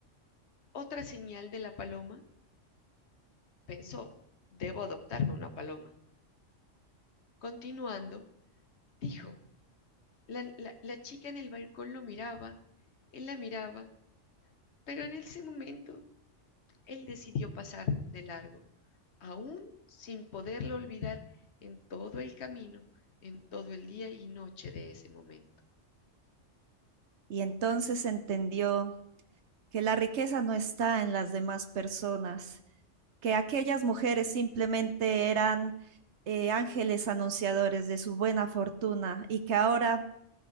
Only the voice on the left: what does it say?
otra señal de la paloma? Pensó, debo adoptarme una paloma. Continuando, dijo, la, la- la chica en el balcón lo miraba, él la miraba, pero en ese momento él decidió pasar de largo, aún sin poderlo olvidar en todo el camino, en todo el día y noche de ese momento.